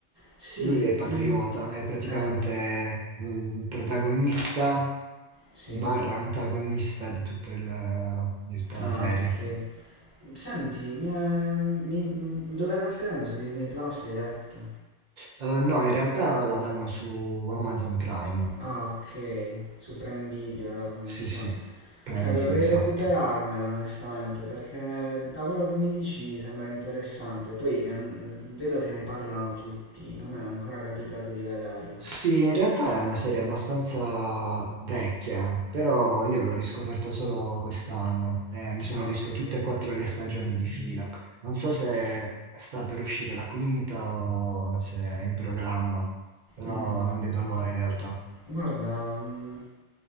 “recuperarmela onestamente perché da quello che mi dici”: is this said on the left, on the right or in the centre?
Right